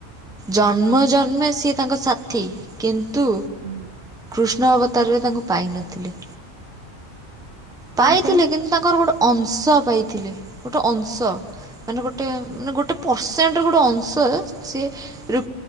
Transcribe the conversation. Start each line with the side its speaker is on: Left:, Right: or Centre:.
Centre: ଜନ୍ମ ଜନ୍ମେ ସିଏ ତାଙ୍କ ସାଥି କି ତୁ
Right: ହୁଁ
Centre: କୃଷ୍ଣ ଅବତାରରେ ତାଙ୍କୁ ପାଇନଥିଲେ। ପାଇଥିଲେ।
Right: କଣ ପାଇଁ
Centre: କିନ୍ତୁ ତାଙ୍କର ଗୋଟେ ଅଂଶ ପାଇଥିଲେ ଗୋଟେ ଅଂଶ। ମାନେ ଗୋଟେ ମାନେ ଗୋଟେ ପରସେଣ୍ଟ ଗୋଟେ ଅଂଶ ସିଏ